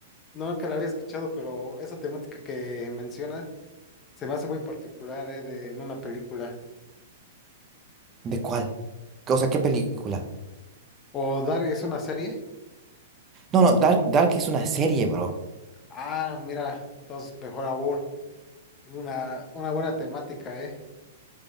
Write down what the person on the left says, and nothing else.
nunca la había escuchado, pero esa temática que mencionas se me hace muy particular, ¿eh? De, en una película.
¿O Dark es una serie?
Ah, mira, entonces mejor aún. Tiene Una, una buena temática, ¿eh?